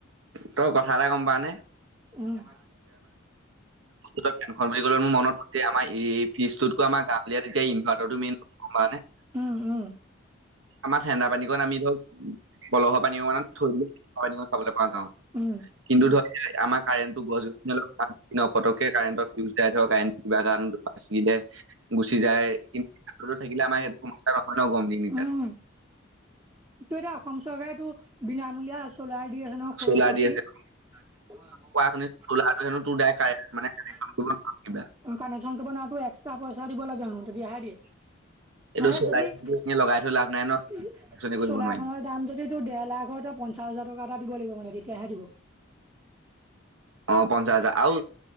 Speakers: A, on the right; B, on the right.
A: তই কথা এটা গম পাৱনে?
B: উম'।
A: বস ফেনখন'লে মোৰ মনত ম আমাৰ এই ফিজতক আমাৰ গাঁৱলাত এতিয়া ইনভাতাৰটো মেইন। হয় নে?
B: উম উম
A: আমাৰ ঠেণ্ডা পানীকণ আমি ধৰক কলহৰ পানী অকণ থৈ দিলো পানীকণ খাবলৈ পাওঁ গাঁৱত।
B: উম।
A: কিন্তু ধৰ আমাৰ কাৰেণ্টটো গছ-গছ <unintelligible> ফটককে কাৰেণ্টৰ ফিউজ দাই ধৰ কাৰেণ্টটো কিবা এ চ দিলে গুচি যায় কিন্তুো থাকিলে আমাৰ সেইটো সমস্া নহয় ন গম
B: দিনত।
A: দিন কীতাত।
B: ত এতিয়া অসম চৰকাৰে টো বিনামূলীয়া চোলাৰ দি আছে নহ সৰু
A: চ'লাৰ
B: শক্তি।
A: দি আছে।
B: <unintelligible>
A: কোৱা শুনিছোঁ চ'লাৰটো হেনো তোৰ ডাইৰেক্ট কাৰেণ্ট মানে কানেকচন কৰিব নোৱাৰি কিবা
B: কানেকশ্যনটো বনটো এক্সট্ৰা পইচা দিব লাগে ন তেতিয়া হে দিয়ে।
A: এইটো
B: মানে
A: চলাই
B: যদি চোলাখনৰ
A: এনে লগাই থৈ লাভ নাই ন কানেকচনে কৰিব নোৱাৰিম
B: দাম যদি তোৰ দেৰ লাখৰ হয় তই পঞ্চাছ হাজাৰ টকা এটা দিব লাগিব মানে তেতিয়াহে দিব৷
A: অ', পঞ্চাশ হাজাৰ আউ,